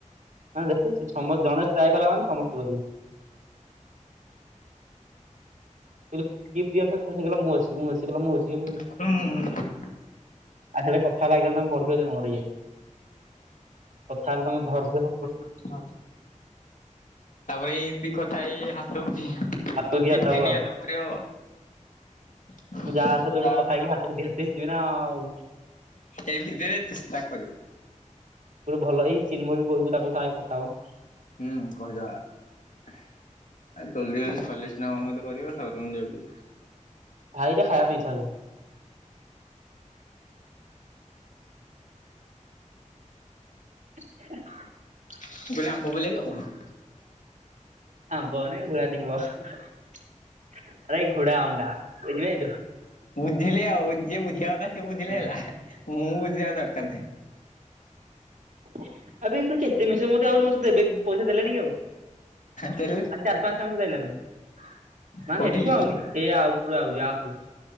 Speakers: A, on the right; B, on the left.
A: ହଁ ଦେଖୁଛୁ ସମସ୍ତ ଜଣେ ଟ୍ରାଏ କଲା ମାନେ ସମସ୍ତେ କରିବେ କିଏ ଫ୍ରି ଅଛ ସେ କହିଲା ମୁଁ ଅଛି ମୁଁ ଅଛି ସେ କହିଲା ମୁଁ ଅଛି
B: ହୁଁ।
A: ଆ ସେ କଥା ଲାାଗି ଗଲେ ତମେ <unintelligible> ପଢିବଛର ଇଏ କଥା ହେଲେ ତମେ ଧର୍ଯ୍ୟ
B: ହଁ। ତାପରେ ଏମତି କଥା ହେଇ ଏଇ <unintelligible> ହସଉଛି
A: ହାତକୁ ଦି
B: କିି
A: ହାତ
B: ତିନିହାତ।
A: ହବ ଆଉ
B: କରିହେବ। <inaudible>
A: ମୁଁ ଯାହାର ସହିତ ଗୋଟେ କଥା ହେଇକି ହାତକୁ ଦି ହାତ ହେଇଯିବି ନା ଆଉ।
B: ଏଇ ଭିତରେ ଚେଷ୍ଟା କରିବ।
A: ଗୋଟେ ଭଲ ଏଇ ଚିନ୍ମୟ ବି କହିବୁ ତାଙ୍କ ସାଙ୍ଗେ କଥା ହବ।
B: ହୁଁ କହିଦବା। ଆ ଜଲଦି ଜଲଦି ସରିଲେ ସିନା କଣ ଗୋଟେ କରିବା <unintelligible> ଜଦି
A: ଭାଇଟା ଖାଇବା ପାଇଁ ଇଚ୍ଛା ହେଉଛି। <inaudible>
B: <unintelligible> ବ ଆମ୍ବ ବୁଲ କ। <unintelligible>
A: ଆମ୍ୱ ନା ଘୋଡ଼ା! !!!!!!!!! ଆରେଇ ଘୋଡ଼ା ଅଣ୍ଡା ବୁଝି ପାରିଲୁ।
B: ବୁଝିଲି ଆଉ ଯିଏ ବୁଝିବା କଥା ସେ ବୁଝିଲେ ହେଲା ମୁଁ ବୁଝିବା ଦରକାର ନାହିଁ।
A: <unintelligible> ଆବେ ତେ ମିଶ ମତେ ଆତେ ଦେ <unintelligible> ପଇସା ଦେଲେଣି କି ଆଉ
B: ଦେଲେ
A: ଆ ଚାର ପାଞ୍ଚ ଟା ମାସ <unintelligible> ଯାଇିଲ ନେ। <unintelligible> ମାନେ
B: କୋଉଠିକି
A: ଏଠୁ ଆଉନି ଏ ଆଉ ପ ଆଉ ଯାହା ପରୁ।